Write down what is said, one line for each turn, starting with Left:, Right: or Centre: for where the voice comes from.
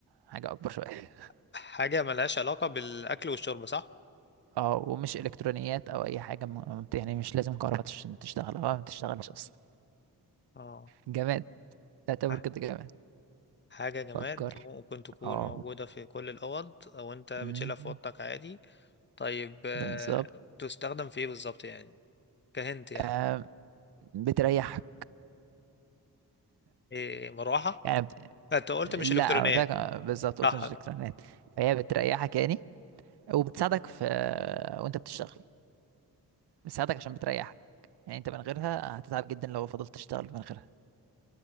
Right: حاجة أكبر شوية
Left: <laughs> حاجة ملهاش علاقة بالأكل والشرب صح
Right: أه ومش إلكترونيات أو أي حاجة م... يعني مش لازم كهرباء عشان تشتغل أه ما بتشتغلش أصلا
Left: اه
Right: جماد تعتبر
Left: ح-
Right: كده جماد
Left: حاجة جماد
Right: فكر
Left: ممكن تكون
Right: أه
Left: موجودة في كل الأوض أو أنت بتشيلها
Right: أمم،
Left: في أوضتك عادي طيب آه،
Right: بالظبط
Left: تستخدم في ايه بالظبط يعني كهنت يعني
Right: آه بتريحك
Left: إيه مروحة
Right: يعني بت...
Left: لا، انت قلت
Right: لا
Left: مش الكترونيات
Right: أنا قلت لك آه، بالظبط قلت
Left: صح
Right: مش
Left: ده
Right: إلكترونيات فهي بتريحك يعني وبتساعدك في آه، وأنت بتشتغل بتساعدك عشان بتريحك يعني انت من غيرها هتتعب جدا لو فضلت تشتغل من غيرها